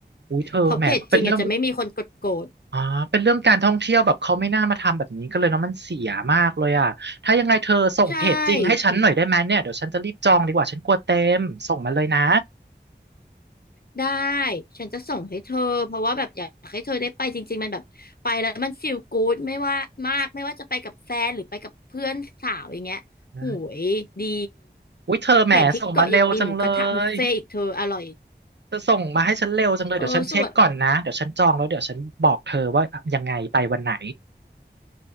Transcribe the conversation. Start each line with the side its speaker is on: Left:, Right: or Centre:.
Right: อุ๊ยเธอแหมเป็นเรื่อง
Left: เพราะเพจจริงอาจจะไม่มีคนกดโกรธ
Right: อ๋อเป็นเรื่องการท่องเที่ยวแบบเขาไม่น่ามาทำแบบนี้ก็เลยเนาะมันเสียมากเลยอ่ะถ้ายังไงเธอส่งเพจจริงให้ฉันหน่อยได้ไหมเนี่ยเดี๋ยวฉันจะรีบจองดีกว่าฉันกลัวเต็มส่งมาเลยนะ
Left: ใช่ ได้ ฉันจะส่งให้เธอ เพราะว่าแบบอยากให้เธอได้ไปจริงๆมันแบบไปแล้วมันฟีลกู๊ดไม่ว่ามากไม่ว่าจะไปกับแฟนหรือไปกับเพื่อนสาวอย่างเงี้ยโหยดี
Right: นะอุ้ยเธอแหมส่งมาเร็วจังเล
Left: แถมที่เกาะยังมีหมูกระทะบุฟเฟ่ต์อีกเธออร่อย
Right: ยเธอส่งมาให้ฉันเร็วจังเลยเดี๋ยวฉันเช็คก่อนนะเดี๋ยวฉันจองแล้วเดี๋ยวฉันบอกเธอว่ายังไงไปวันไหน
Left: เออสวย